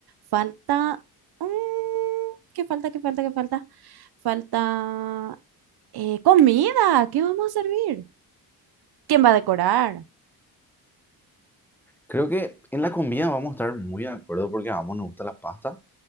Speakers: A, on the right (about 70°); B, in the centre.
A: Falta... mm, ¿qué falta? ¿Qué falta? ¿Qué falta? Falta eh, comida. ¿Qué vamos a servir? ¿Quién va a decorar?
B: Creo que en la comida vamos a estar muy de acuerdo porque a ambos nos gusta la pasta.